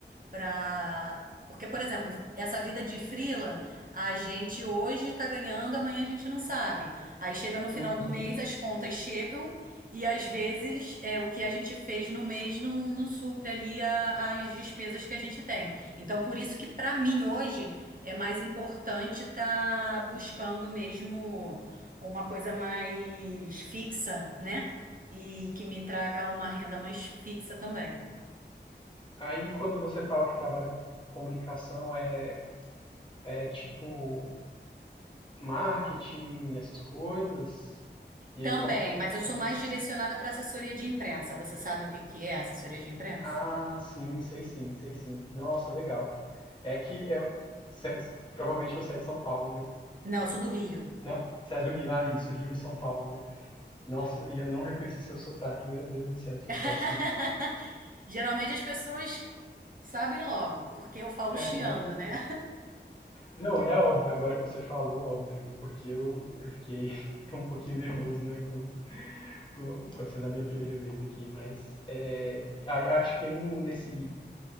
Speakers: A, on the right; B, on the left.
A: Pra... Porque, por exemplo, essa vida de freela, a gente hoje tá ganhando, amanhã a gente não sabe. Aí chega no final
B: uhum.
A: do mês, as contas chegam e às vezes é, o que a gente fez no mês não, não supre ali a- as despesas que a gente tem. Então, por isso que para mim hoje é mais importante estar buscando mesmo uma coisa mais fixa, né? E que me traga uma renda mais fixa também.
B: Aí, quando você fala que trabalha com comunicação, é, é tipo marketing, essas coisas? E
A: Também,
B: aí, com, com-
A: mas eu sou
B: como
A: mais
B: isso?
A: direcionada para assessoria de imprensa. Você sabe o que que é assessoria de imprensa?
B: Ah, sim, sei sim, sei sim. Nossa, legal. É que é, cê- provavelmente você é de São Paulo, né?
A: Não, eu sou do Rio.
B: Não? Você é do Rio? Ah, isso, Rio ou São Paulo, né? Nossa, e eu não reconheci seu sotaque, meu Deus do céu, eu sou
A: <laughs>
B: péssimo.
A: Geralmente as pessoas sabem logo, porque eu falo
B: É,
A: chiando,
B: não.
A: né?
B: Não, é óbvio, agora que você falou, óbvio, É porque eu, eu fiquei <laughs> tão um pouquinho nervoso, né, com, com sendo a minha primeira vez aqui, mas é, aí acho que aí no, nesse